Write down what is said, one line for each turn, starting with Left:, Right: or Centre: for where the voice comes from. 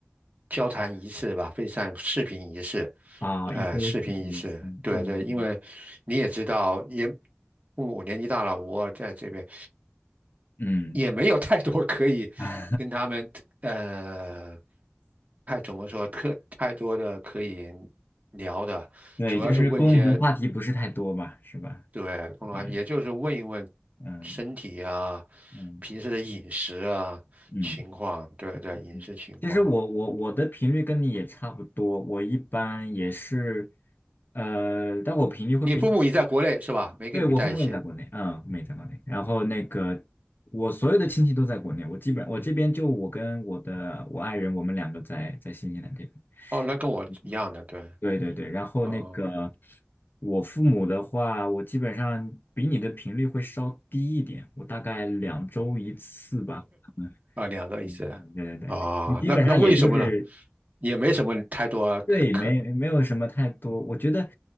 Right: 交谈仪式吧，非常视频仪式，
Left: 哦，
Right: 呃，
Left: 一周四天一次，
Right: 视频仪式，
Left: 嗯嗯
Right: 对对，因为你也知道，也父母年纪大了，我在这边
Left: 嗯
Right: 也没有太多可以跟他们呃，
Left: <laughs>
Right: 太怎么说，特太多的可以聊的，
Left: 对，
Right: 主要是问一些
Left: 就是共同话题不是太多吧，是吧？
Right: 对，公然也就是问一问
Left: 对，嗯
Right: 身体啊，
Left: 嗯
Right: 平时的饮食啊情况，
Left: 嗯
Right: 对对，
Left: 嗯，
Right: 饮食情况。
Left: 其实我我我的频率跟你你。也也差不多，我我一般也是，呃，但我频率会比你
Right: 你父母也在国内是吧？没跟你们在一起。
Left: 对，我父母也在国内，嗯，父母也在国内。然后那个，我所有的亲戚都在国内，我基本我这边就我跟我的我爱人，我们两个在在新西兰这边。
Right: 哦，那跟我一样的，
Left: 嗯
Right: 对。
Left: 对对对，然后那个
Right: 哦，
Left: 我父母的话，我基本上比你的频率会稍低一点，我大概两周一次吧。嗯，
Right: 啊，两个意思来。
Left: 嗯对对对，
Right: 啊，
Left: 你基本上也就是
Right: 那那为什么呢？也没什么太多可可。
Left: 对，没没有什么太多，我觉得